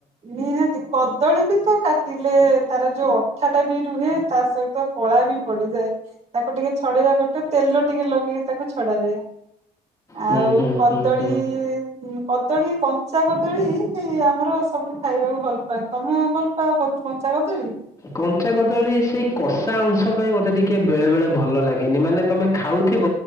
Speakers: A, on the right; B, on the left.
A: ନିହାତି କଦଳୀ ବି ତ କାଟିଲେ ତାର ଯୋଉ ମିଠା ଟା ବି ରୁହେ, ତା ସହିତ କଳା ବି ପଡିଯାଏ ତାକୁ ଟିକେ ଛଡେଇବା କଷ୍ଟ ତେଲ ଟିକେ ଲଗେଇକି ତାକୁ ଛଡାଯାଏ।
B: ହୁଁ
A: ଆଉ
B: ହୁଁ
A: କଦଳୀ
B: ହୁଁ ହୁଁ
A: କଦଳୀ କଞ୍ଚା କଦଳୀ ଆମର ସବୁ ଖାଇବାକୁ ଭଲ ପାଆନ୍ତି, ତମେ ଭଲ ତମର କଣ କଞ୍ଚା କଦଳି?
B: କଞ୍ଚା ସେଇ କଷା ଅଂଶ ପାଇଁ ମୋତେ ଟିକେ ବେଳେବେଳେ ଭଲ ଲାଗେନି, ମାନେ ତମେ ଖାଉଥିବ